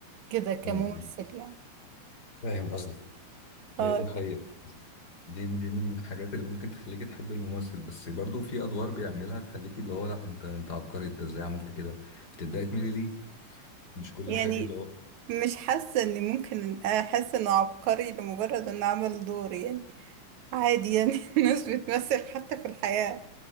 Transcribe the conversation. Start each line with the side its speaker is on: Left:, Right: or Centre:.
Right: كده كممثل
Left: مم.
Right: يعني
Left: فاهم قصدك
Right: آه،
Left: هي دي حقيقة دي دي من الحاجات اللي ممكن تخليكي تحبي الممثل بس برضو في ادوار بيعملها تخليكي اللي هو لا انت انت عبقري انت ازاي عملت كده بتبداي تميلي ليه مش كل
Right: يعني
Left: حاجة اللي هو
Right: مش حاسة اني ممكن احس انه عبقري لمجرد انه عمل دور يعني عادي يعني <laughs> الناس بتمثل حتى في الحياة